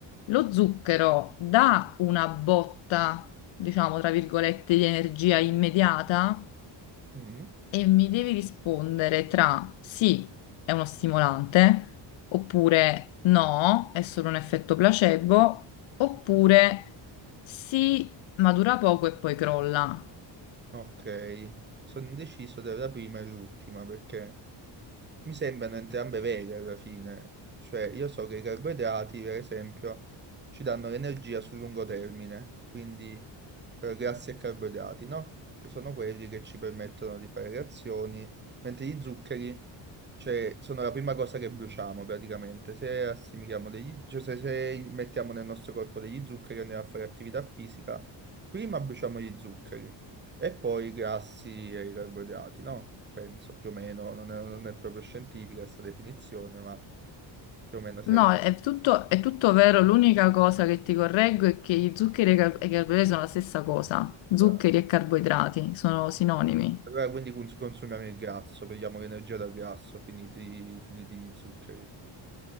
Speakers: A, on the left; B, on the right.
A: lo zucchero dà una botta, diciamo tra virgolette, di energia immediata?
B: Mm,
A: E mi devi rispondere tra sì, è uno stimolante, oppure no, è solo un effetto placebo, oppure sì, ma dura poco e poi crolla.
B: ok. Sono indeciso tra la prima e l'ultima perché mi sembrano entrambe vere alla fine. Cioè, io so che i carboidrati, per esempio, ci danno l'energia sul lungo termine, quindi eh, grassi e carboidrati, no? Sono quelli che ci permettono di fare reazioni, mentre gli zuccheri, cioè, sono la prima cosa che bruciamo praticamente. Se assimiliamo degli, cioè, se, se mettiamo nel nostro corpo degli zuccheri e andiamo a fare attività fisica, prima bruciamo gli zuccheri e poi i grassi e i carboidrati, no? Penso più o meno, non è, non è proprio scientifica questa definizione, ma più o meno si
A: No, è tutto, è tutto vero. L'unica cosa che ti correggo è che gli zuccheri e i car- e i carboidrati sono la stessa cosa. Zuccheri
B: è
A: e carboidrati sono sinonimi.
B: Allora, quindi cons- consumiamo il grasso, prendiamo l'energia dal grasso, finiti, finiti gli zuccheri.